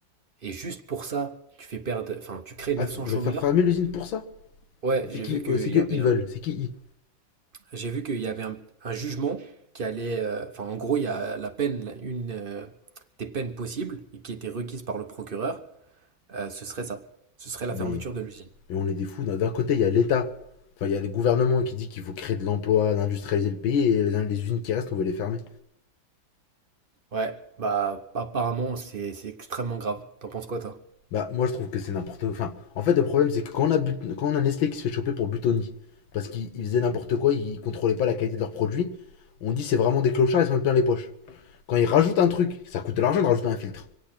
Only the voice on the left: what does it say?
Ah, ils
veulent faire fermer l'usine pour ça
C'est
qui
euh, C'est
que
ils
veulent, c'est qui ils
mais,
mais on est des fous. D'un d'un côté, il y a l'État, enfin, il y a les gouvernements qui disent qu'il faut créer de l'emploi, d'industrialiser le pays et les, les usines qui restent, on veut les fermer.
Bah, moi je trouve que c'est n'importe quoi. Enfin, en fait, le problème c'est que quand on, a but- quand on a Nestlé qui se fait choper pour Butoni, parce qu'ils faisaient n'importe quoi, ils contrôlaient pas la qualité de leurs produits, on dit c'est vraiment des clochards, ils s'en mettent plein les poches. Quand ils rajoutent un truc, ça coûte de l'argent de rajouter un filtre.